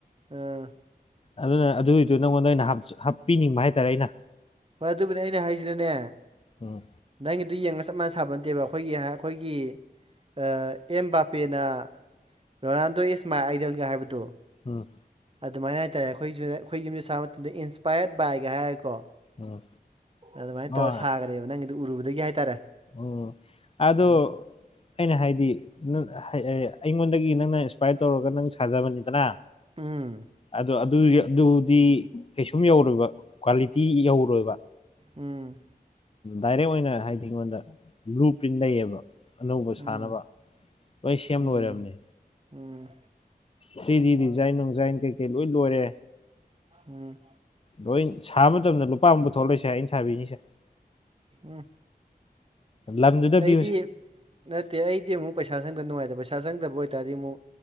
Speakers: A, on the right; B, on the left.
A: ꯑꯥ
B: ꯑꯗꯨꯅ ꯑꯗꯨꯒꯤꯗꯨ ꯅꯪꯉꯣꯟꯗ ꯑꯣꯏꯅ ꯍꯥꯞꯆ ꯍꯥꯞꯄꯤꯅꯤꯡꯕ ꯍꯥꯏꯇꯥꯔꯦ ꯑꯩꯅ꯫
A: ꯍꯣꯏ ꯑꯗꯨꯕꯨꯅꯦ ꯑꯩꯅ ꯍꯥꯏꯖꯤꯅꯅꯦ
B: ꯎꯝ
A: ꯅꯪꯒꯤꯗꯨ ꯌꯦꯡꯉ ꯆꯞ ꯃꯥꯟꯅ ꯁꯥꯕꯟ ꯅꯠꯇꯦꯕ ꯑꯈꯣꯏꯒꯤ ꯍ ꯑꯈꯣꯏꯒꯤ ꯑ ꯑꯦꯝ ꯕꯥꯄꯦꯅ ꯔꯣꯅꯥꯜꯗꯣ ꯏꯁ ꯃꯥꯏ ꯑꯥꯏꯗꯜꯒ ꯍꯥꯏꯕꯗꯣ꯫
B: ꯎꯝ
A: ꯑꯗꯨꯃꯥꯏꯅ ꯍꯥꯏꯇꯥꯔꯦ ꯑꯩꯈꯣꯏꯖꯨ ꯑꯩꯈꯣꯏ ꯌꯨꯝꯁꯦ ꯁꯥꯕ ꯃꯇꯝꯗ ꯏꯟꯁꯄꯥꯏꯌꯔ꯭ꯠ ꯕꯥꯏꯒ ꯍꯥꯏꯔꯒꯀꯣ
B: ꯎꯝ
A: ꯑꯗꯨꯃꯥꯏꯟ
B: ꯍꯣꯏ
A: ꯇꯧꯔ ꯁꯥꯒꯔꯦꯕ ꯅꯪꯒꯤꯗꯤ ꯎꯔꯨꯕꯗꯒꯤ ꯍꯥꯏꯇꯥꯔꯦ꯫
B: ꯎꯝ ꯑꯗꯣ
A: ꯎꯝ
B: ꯑꯩꯅ ꯍꯥꯏꯗꯤ ꯅꯪ ꯑꯩꯉꯣꯟꯗꯒꯤ ꯅꯪꯅ ꯏꯟꯁꯄꯥꯌꯔ꯭ꯠ ꯇꯧꯔꯒ ꯅꯪ ꯁꯥꯖꯕꯅꯤꯗꯅ
A: ꯎꯝ
B: ꯑꯗꯨ ꯑꯗꯨꯏ ꯑꯗꯨꯗꯤ ꯀꯩꯁꯨꯝ ꯌꯧꯔꯣꯏꯕ ꯀ꯭ꯋꯥꯂꯤ ꯇꯤ ꯌꯧꯔꯣꯏꯕ
A: ꯎꯝ꯫
B: ꯗꯥꯏꯔꯦꯛ ꯑꯣꯏꯅ ꯍꯥꯏꯗꯤ ꯑꯩꯉꯣꯟꯗ ꯕ꯭ꯨꯂ ꯄ꯭ꯔꯤꯟ ꯂꯩꯌꯦꯕ꯫ ꯑꯅꯧꯕ ꯁꯥꯅꯕ
A: ꯎꯝ
B: ꯂꯣꯏꯟ ꯁꯦꯝ
A: ꯎꯝ
B: ꯂꯣꯏꯔꯝꯅꯤ꯫
A: ꯎꯝ꯫
B: ꯊ꯭ꯔꯤꯗꯤ ꯗꯤꯖꯥꯏꯟ ꯅꯣꯡꯖꯥꯏꯟ ꯀꯩ ꯀꯩ ꯂꯣꯏꯟ ꯂꯣꯏꯔꯦ꯫
A: ꯎꯝ
B: ꯂꯣꯏꯟ ꯁꯥꯕ ꯃꯇꯝꯗ ꯂꯨꯄꯥ ꯑꯝ ꯄꯨꯊꯣꯛꯂꯣꯏꯁꯦ ꯑꯩꯟ ꯁꯥꯕꯤꯅꯤꯁꯦ
A: ꯎꯝ
B: ꯂꯝꯗꯨꯗ
A: ꯑꯩꯗꯤ
B: ꯄꯤꯌꯨꯁꯦ
A: ꯅꯠꯇꯦ ꯑꯩꯗꯤ ꯑꯃꯨꯛ ꯄꯩꯁꯥ ꯆꯪꯗ ꯅꯨꯡꯉꯥꯏꯇꯕ ꯄꯩꯁꯥ ꯆꯪꯗꯕ ꯑꯣꯏꯇꯥꯔꯗꯤ ꯑꯃꯨꯛ